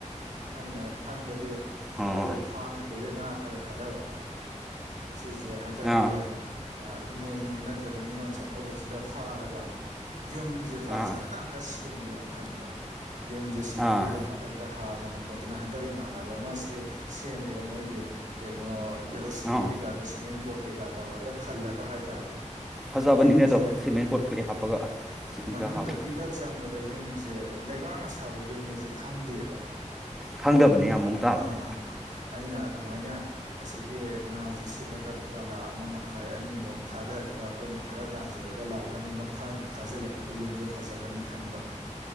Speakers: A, on the right; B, in the centre.
A: ꯑꯩꯅ ꯈꯟꯕꯗꯤ ꯑꯩꯈꯣꯏ
B: ꯑꯣ
A: ꯐꯥꯝꯁꯤꯗꯩꯗ ꯉꯥ ꯈꯔ ꯊꯥꯗꯕ ꯁꯤꯁꯦ ꯍꯟꯇꯥ
B: ꯑꯥ
A: ꯀ ꯏꯃꯣꯏꯅꯨ ꯅꯠꯇ꯭ꯔꯒ ꯅꯤꯉꯣꯜ ꯆꯥꯛꯀꯧꯕꯁꯤꯗ ꯐꯥꯔꯒ ꯌꯨꯝꯁꯦ ꯐꯖꯅ
B: ꯑꯥ
A: ꯑꯝꯇ ꯁꯦꯝꯒꯦꯅ ꯈꯟꯕ ꯌꯨꯝꯁꯦ ꯁꯤꯂꯤꯡ
B: ꯑꯥ
A: ꯀꯩꯀꯥ ꯃꯊꯛꯇ ꯍꯥꯗꯅ ꯈꯣꯠꯇꯅ ꯍꯟꯗꯛ ꯏꯃꯥꯟꯅꯕ ꯑꯃꯦ ꯁꯦꯝꯃꯦꯕ ꯃꯣꯏꯒꯤ ꯀꯩꯅꯣ ꯁꯤꯂꯤꯡ
B: ꯑꯥ
A: ꯀꯩꯀꯥꯗꯣ ꯁꯤꯃꯦꯟ ꯕꯣꯔꯠ ꯀꯩꯀꯥ ꯇꯧꯔꯒ ꯈꯜꯂꯒ ꯍꯥꯏꯇꯥꯔꯦ
B: ꯐꯖꯕꯅꯤꯅꯦ
A: ꯌꯨꯝꯁꯦ
B: ꯑꯗꯣ ꯁꯤꯃꯦꯟ ꯄꯣꯠ ꯀꯩ ꯍꯥꯞꯄꯒ ꯁꯤꯡꯒ
A: ꯃꯅꯨꯡꯗꯒꯤ
B: ꯍꯥꯞꯄꯗꯣ
A: ꯗ ꯆꯪꯕꯗ ꯌꯨꯝꯁꯦ ꯂꯩꯕꯥꯛꯅ ꯁꯥꯕ ꯌꯨꯝꯅꯦꯁꯦ ꯈꯪꯗꯦꯕ
B: ꯈꯪꯗꯕꯅꯤ ꯌꯥꯝ ꯃꯑꯣꯡ ꯇꯥꯕꯅꯦ
A: ꯑꯥ ꯑꯩꯅ ꯑꯗꯨꯃꯥꯏꯅ ꯑꯁꯤꯒꯤ ꯉꯥꯥꯁ ꯁꯤꯠꯂꯒ ꯂꯨꯄꯥ ꯂꯥꯈ ꯑꯃ ꯃꯈꯥꯏ ꯑꯅꯤꯃꯨꯛ ꯊꯥꯗꯔꯒ ꯑꯩꯈꯣꯏꯅ ꯈꯔ ꯇꯥꯟꯖꯔꯒ ꯂꯥꯛ ꯑꯅꯤ ꯃꯈꯥꯏꯃꯨꯛ ꯊꯥꯖꯤꯜꯂꯒꯗꯤ ꯌꯨꯝꯁꯦ ꯐꯖꯔꯅꯤ ꯈꯟꯕ